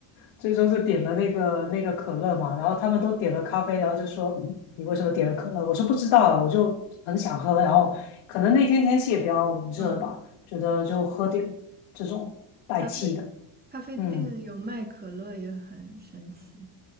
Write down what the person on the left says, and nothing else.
最终就点了那个那个可乐嘛，然后他们都点了咖啡，然后就说，嗯，你为什么点了可乐？我说不知道，我就很想喝，然后可能那天天气也比较热吧，
觉得就喝点这种带气的，
嗯